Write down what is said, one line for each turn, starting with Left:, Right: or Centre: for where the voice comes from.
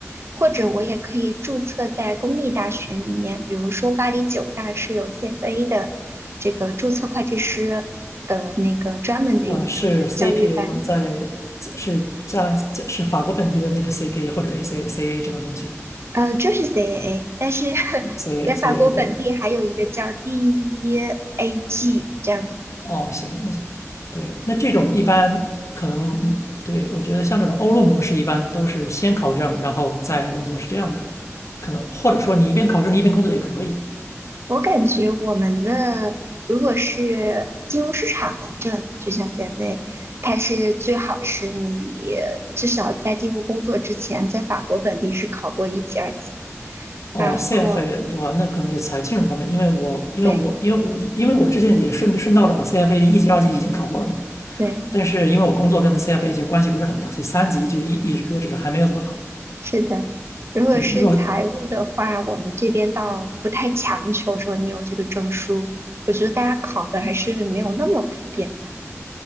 Right: 或者我也可以注册在公立大学里面，比如说巴黎九大是有 CFA 的这个注册会计师的那个专门的有一个教育班，
Left: 呃，是 CPA 吗？在是加这是法国本地的那个 CPA 或者 AC CA 这种东西
Right: 呃，就是 CAA，但是 <laughs>
Left: ，CA
Right: 在法国本地还有一个叫
Left: CA 对。
Right: DEAG 这样子。
Left: 哦，行，那对，那这种一般可能嗯对我觉得像这种欧陆模式一般都是先考证，然后再工作是这样的，可能或者说你一边考证一边工作也可以。
Right: 我感觉我们的如果是金融市场的证，就像 CFA，它是最好是你至少在进入工作之前，在法国本地是考过一级、二级。
Left: 哦，CFA
Right: 然后，
Left: 对吧？那可能就是财金融方面，因为我因为我因为我因为我之前也顺顺道的把
Right: 对
Left: CFA 的一级、二级已经考过了嘛，
Right: 对，
Left: 但是因为我工作跟 CFA 其实关系不是很大，所以三级就一一直搁置着，还没有怎么考。
Right: 是的。如果是财务的话，
Left: 对，因为我
Right: 我们这边倒不太强求说你有这个证书，我觉得大家考的还是没有那么普遍吧。